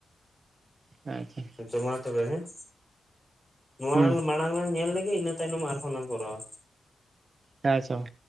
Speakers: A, on the right; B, in the centre.
A: ᱟᱪᱪᱟ
B: ᱛᱚ ᱢᱟ ᱛᱚᱵᱮ ᱦᱮᱸ ᱱᱚᱣᱟ
A: ᱦᱩᱸ
B: ᱢᱟᱲᱟᱝ ᱞᱟᱝ ᱧᱮᱞ ᱞᱮᱜᱮ ᱤᱱᱟᱹ ᱛᱟᱭᱱᱚᱢ ᱟᱨᱦᱚᱸ ᱞᱟᱝ ᱠᱚᱨᱟᱣᱟ
A: ᱟᱪᱪᱷᱟ ᱢᱟ